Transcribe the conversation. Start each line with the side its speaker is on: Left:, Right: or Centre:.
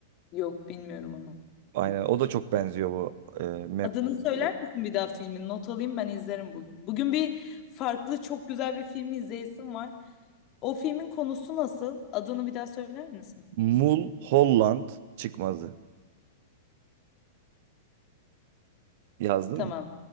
Left: Yok bilmiyorum onu.
Right: Aynen. O da çok benziyor bu e,
Left: Adını söyler misin bir daha filmin? Not alayım ben izlerim bugün. Bugün bir farklı çok güzel bir film izleyesim var. O filmin konusu nasıl? Adını bir daha söyler misin?
Right: Mul Holland çıkmazı yazdım
Left: Tamam.
Right: mı?